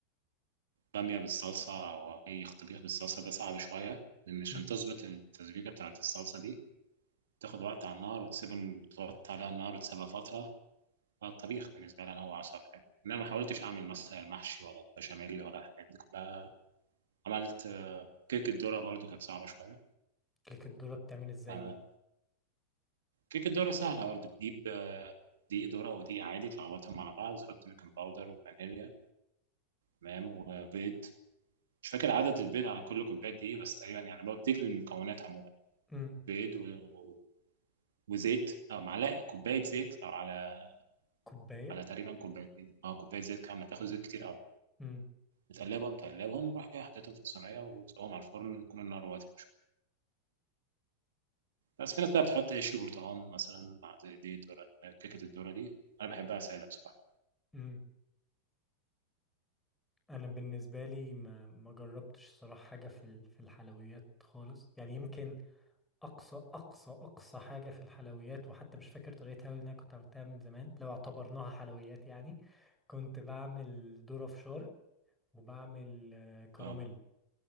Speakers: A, on the right; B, in the centre.
A: بامية بالصلصة أو أي طبيخ بالصلصة ده صعب شوية لأن عشان
B: امم
A: تظبط التسبيكة بتاعة الصلصة دي تاخد وقت على النار وتسيب تحط عليها النار وتسيبها فترة الطبيخ بالنسبه لي انا هو اصعب حاجه ان انا ما حاولتش اعمل مثلا المحشي ولا البشاميل ولا الحاجات دي كلها عملت آه، كيكه ذره برضو كانت صعبه شويه
B: كيكة الذرة بتعمل ازاي
A: آه،
B: دي
A: كيكه ذره سهله برضو بتجيب آه، دقيق ذره ودقيق عادي تلخبطهم على بعض تحط بيكنج باودر وفانيليا تمام وبيض مش فاكر عدد البيض على كل كوبايه دي بس تقريبا يعني بديك المكونات عموما
B: امم
A: بيض و- وزيت او معلقه كوبايه زيت او على
B: كوباية
A: على تقريبا كوبايتين اه كوبايه زيت كامله بتاخد زيت كتير قوي
B: امم
A: متقلبهم متقلبهم وراح جاي حطيتهم في الصينيه وتسويهم على الفرن يكون النار واطيه بس في ناس بقى بتحط عيش وبرتقال مثلا مع زي دي الدورة كيكة الدورة دي أنا بحبها سادة بصراحة
B: امم انا بالنسبة لي ما ما جربتش الصراحة حاجة في ال- في الحلويات خالص يعني يمكن اقصى اقصى اقصى حاجه في الحلويات وحتى مش فاكر طريقتها أوي لأن انا كنت عملتها من زمان لو اعتبرناها حلويات يعني كنت بعمل ذره فشار وبعمل آه، كراميل
A: أه